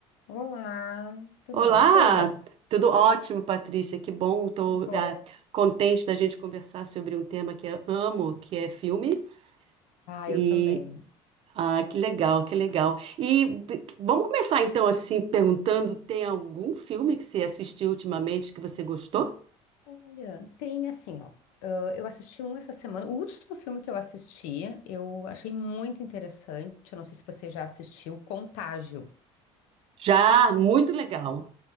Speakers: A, on the left; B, on the right.
A: Olá, tudo
B: Olá,
A: bom, Sheila?
B: tudo ótimo, Patrícia. Que bom, estou
A: Que bom.
B: contente da gente conversar sobre um tema que eu amo, que é filme.
A: Ah,
B: E
A: eu também.
B: ah, que legal, que legal. E b- vamos começar então assim perguntando: tem algum filme que você assistiu ultimamente que você gostou?
A: Olha, tem assim, ó. ah, eu assisti um essa semana. O último filme que eu assisti, eu achei muito interessante. Eu não sei se você já assistiu, Contágio.
B: Já, muito legal,